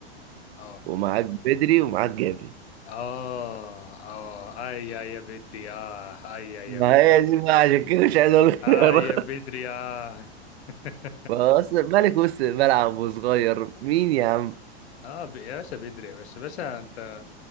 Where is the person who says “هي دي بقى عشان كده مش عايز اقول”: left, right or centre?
Right